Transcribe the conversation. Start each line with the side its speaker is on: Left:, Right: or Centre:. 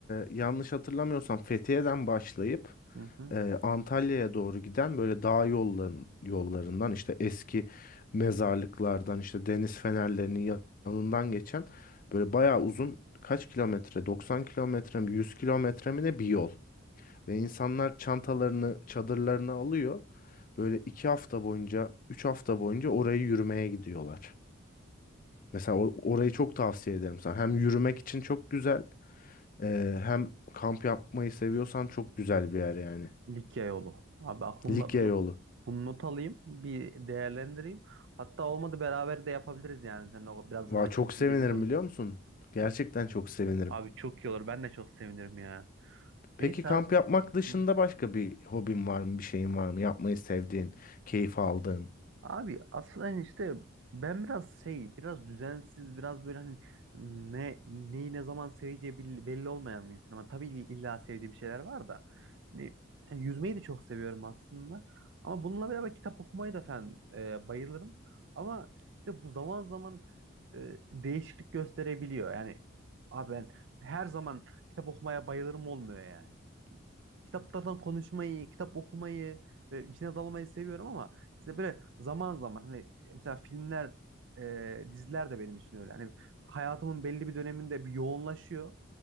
Left: e, yanlış hatırlamıyorsam Fethiye'den başlayıp
Right: Hı hı.
Left: e, Antalya'ya doğru giden böyle dağ yolların, yollarından işte eski mezarlıklardan işte deniz fenerlerinin ya- yanından geçen böyle bayağı uzun kaç kilometre 90 kilometre mi 100 kilometre mi ne bir yol. Ve insanlar çantalarını çadırlarını alıyor. Böyle iki hafta boyunca, üç hafta boyunca orayı yürümeye gidiyorlar. Mesela or- orayı çok tavsiye ederim sana. Hem yürümek için çok güzel, e, hem kamp yapmayı seviyorsan çok güzel bir yer yani.
Right: Likya yolu. Abi aklımda
Left: Likya
Right: bunu,
Left: yolu.
Right: bunu not alayım. Bir değerlendireyim. Hatta olmadı beraber de yapabiliriz yani. Sen de o- biraz
Left: Valla
Right: hakimsin
Left: çok sevinirim
Right: gibi konu.
Left: biliyor musun? Gerçekten
Right: Abi,
Left: çok sevinirim.
Right: abi çok iyi olur. Ben de çok sevinirim ya.
Left: Peki
Right: Neyse
Left: kamp
Right: abi.
Left: yapmak dışında
Right: Hı.
Left: başka bir hobin var mı? Bir şeyin var mı? Yapmayı sevdiğin, keyif aldığın.
Right: Abi aslında hani işte ben biraz şey, biraz düzensiz, biraz böyle hani ne neyi ne zaman seveceği belli, belli olmayan bir insanım. Ama tabii ill- illa sevdiğim şeyler var da. Hani yani yüzmeyi de çok seviyorum aslında. Ama bununla beraber kitap okumayı da falan e, bayılırım. Ama işte bu zaman zaman e, değişiklik gösterebiliyor. Yani abi ben her zaman kitap okumaya bayılırım olmuyor yani kitaplardan konuşmayı, kitap okumayı ve içine dalmayı seviyorum ama işte böyle zaman zaman hani mesela filmler, e, diziler de benim için öyle. Hani hayatımın belli bir döneminde bir yoğunlaşıyor.